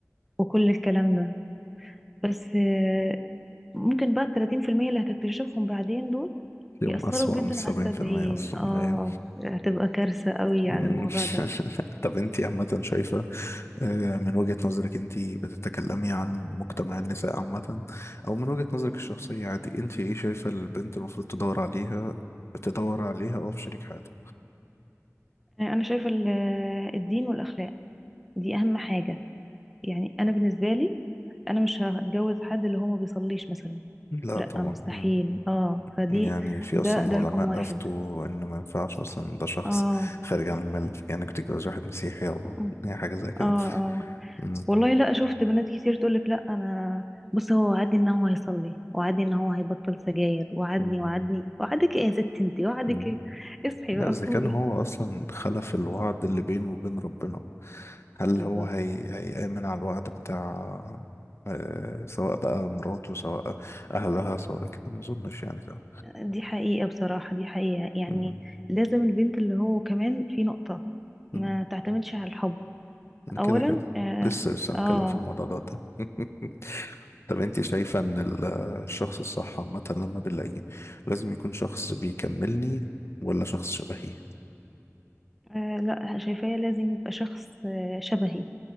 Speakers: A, in the centre; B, on the left.
A: وكل الكلام ده بس آه، ممكن بقى التلاتين في المية اللي هتكتشفهم بعدين دول
B: تلاقيهم
A: يأثروا
B: أسوأ
A: جدا
B: من سبعين
A: على السبعين
B: في المية أصلا
A: اه
B: هي
A: هتبقى كارثة قوي
B: مم.
A: على الموضوع ده
B: <laughs> طب أنت عامة شايفة آه، من وجهة نظرك أنت بتتكلمي عن مجتمع النساء عامة أو من وجهة نظرك الشخصية عادي أنت إيه شايفة البنت المفروض تدور عليها تدور عليها أو في شريك حياتها
A: آه، انا شايفة ال- آه، الدين والاخلاق دي اهم حاجة يعني انا بالنسبة لي انا مش هتجوز حد اللي هو ما بيصليش مثلا
B: لا
A: لا
B: طبعا
A: مستحيل
B: مم.
A: اه فدي
B: يعني في
A: ده
B: أصلا
A: ده
B: علماء
A: رقم واحد
B: أفتوا إن ما ينفعش أصلا ده شخص
A: اه
B: خارج عن الملة يعني إنك تتجوز واحد مسيحي أو
A: <laughs>
B: يعني حاجة زي
A: اه
B: كده
A: اه
B: مم.
A: والله لا شفت بنات كتير تقولك لا انا بص هو وعدني ان هو هيصلي وعدني ان هو هيبطل سجاير وعدني
B: مم.
A: وعدني وعدك ايه يا ست انتي وعدك
B: مم.
A: ايه اصحي
B: لا،
A: بقى
B: إذا
A: فوقي
B: كان هو أصلا خلف الوعد اللي بينه وبين ربنا هل
A: بالظبط
B: هو هي... هيأمن على الوعد بتاع آه، سواء بقى مراته سواء أهلها سواء كده ما أظنش يعني ده
A: دي حقيقة بصراحة دي حقيقة يعني
B: مم.
A: لازم البنت اللي هو كمان في نقطة
B: مم.
A: ما تعتمدش على الحب اولا
B: كده كده
A: اه,
B: لسه لسه هنتكلم
A: آه,
B: في الموضوع ده قدام. <laughs> طب انت شايفة ان ال- الشخص الصح عامة لما بنلاقيه لازم يكون شخص بيكملني ولا شخص شبهي؟
A: آه لا شايفاه لازم يبقى شخص آه شبهي